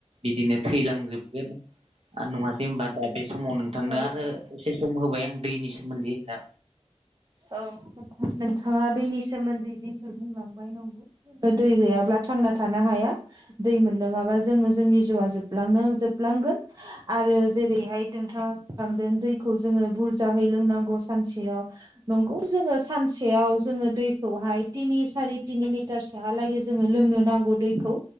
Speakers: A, on the right; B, on the right.
A: बिदिनो थैलांजोबगोन ओ नङासै होनबा दा बे समाव नोंथांनो
B: औ
A: आरो
B: नंगौ
A: एसे सम होबाय आं दैनि सोमोन्दै होनना
B: औ <unintelligible> नोंथाङा दैनि सोमोन्दै जेफोर बुंलांबाय नंगौ ओ दै गैयाब्ला आ थांना थानो हाया दै मोनलोङाबा जोङो जोंनि जिउआ जोबलांनो जोबलांगोन आ आरो जेरैहाय नोंथाङा बुंलांदों दैखौ जोङो बुरजाहै लोंनांगौ सानसेयाव नंगौ जोङो सानसेयाव जोङो दैखौहाय तिनि सारि तिनि लिटारसोहालागै जोङो लों नो नांगौ दैखौ